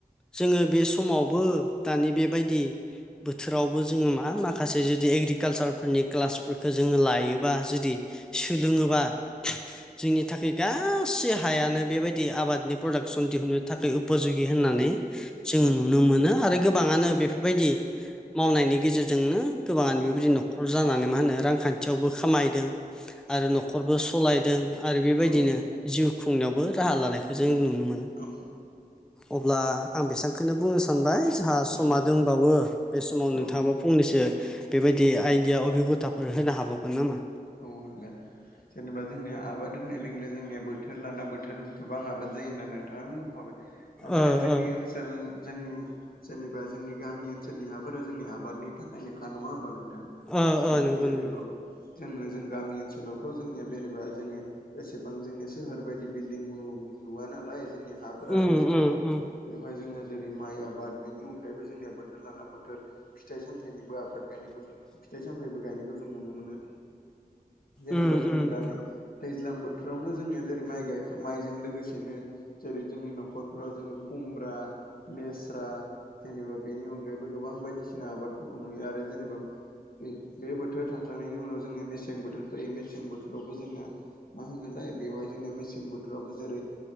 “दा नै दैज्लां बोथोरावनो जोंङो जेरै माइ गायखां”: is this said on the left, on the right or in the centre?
Left